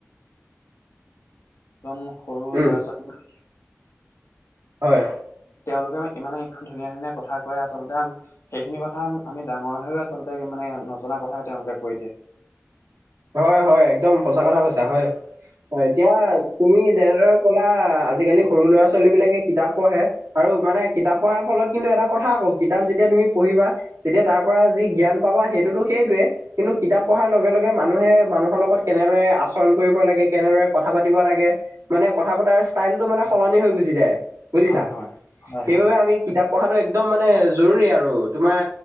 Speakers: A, on the left (about 70°); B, on the right (about 70°).
A: এজন সৰু
B: উম,
A: ল'ৰা ছোৱালী
B: হয়।
A: তেওঁলোকে মানে ইমানে ধুনীয়া ধুনীয়া কথা কয় আচলতে আমি সেইখিনি কথা আমি ডাঙৰ হৈও আচলতে মানে নজনা কথাই তেওঁলোকে কৈ দিয়ে।
B: হয়, হয় একদম সঁচা কথা কৈছা হয়, অ' এতিয়া তুমি যেনেদৰে ক'লা আজিকালি সৰু ল'ৰা ছোৱালী বিলাকে কিতাপ পঢ়ে আৰু মানে কিতাপ পঢ়াৰ ফলত কিন্তু কথা আকৌ, কিতাপ যেতিয়া তুমি পঢ়িবা তেতিয়া তাৰ পৰা যি জ্ঞান পাবা সেইটোতো সেইটোৱে, কিন্তু কিতাপ পঢ়াৰ লগে, লগে মানুহে মানুহৰ লগত কেনেদৰে আচৰণ কৰিব লাগে, কেনেদৰে কথা পাতিব লাগে মানে কথা পতাৰ ষ্টাইলটো মানে সলনি হৈ গুচি যায় বুজিছা,
A: হয় হয় হয়
B: সেইবাবে
A: হয়
B: আমি কিতাপ পঢ়াটো একদম মানে জৰুৰী আৰু তোমাৰ